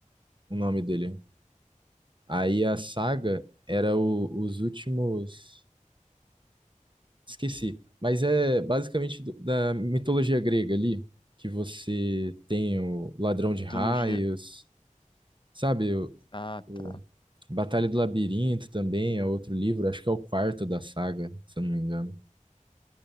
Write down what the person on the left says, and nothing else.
Mitologia.
Ah,
tá.